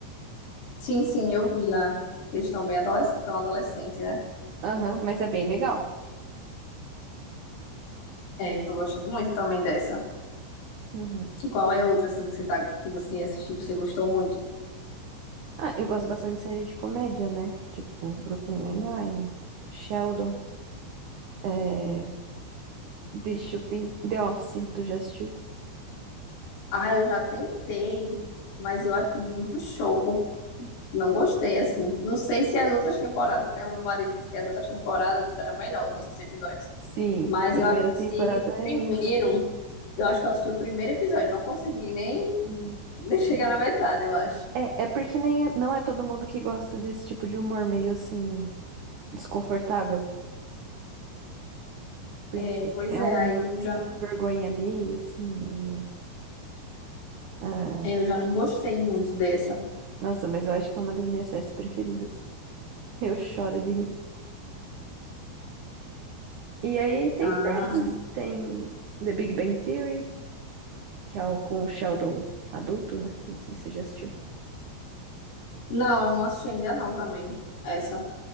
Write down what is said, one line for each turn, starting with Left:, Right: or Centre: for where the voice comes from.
Left: Sim, sim, eu vi lá. Eles estão bem adolescentes, tão adolescente, né?
Right: Aham, mas é bem legal.
Left: É, eu tô gostando muito também dessa.
Right: Uhum.
Left: E qual é outra, assim, que você tá, que você assistiu, que você gostou muito?
Right: Ah, eu gosto bastante de série de comédia, né? Tipo, Brooklyn Nine-Nine, Sheldon, é... The Shopping, The Office, tu já assistiu?
Left: Ah, eu já tentei, mas eu acho muito show Não gostei, assim. Não sei se as outras temporadas, né? O meu marido disse que as outras temporadas eram melhores, os outros episódios.
Right: Sim,
Left: Mas
Right: a primeira
Left: eu assisti
Right: temporada
Left: o
Right: é
Left: primeiro.
Right: isso.
Left: Eu acho que eu assisti o primeiro episódio. Eu não consegui nem
Right: Sim.
Left: <laughs> chegar na metade, eu acho.
Right: É, é porque nem, é, não é todo mundo que gosta desse tipo de humor meio assim, desconfortável. Porque
Left: É, pois
Right: é
Left: é,
Right: um
Left: aí
Right: humor
Left: eu já,
Right: meio vergonha alheia, assim, meio. Ah,
Left: é, eu já não gostei muito dessa.
Right: nossa, mas eu acho que é uma das minhas séries preferidas. <laughs> Eu choro de rir. E aí tem
Left: Ah,
Right: Friends, tem The Big Bang Theory, que é o com o Sheldon adulto, né? Não sei se você já assistiu.
Left: não, eu não assisti ainda não também. Essa.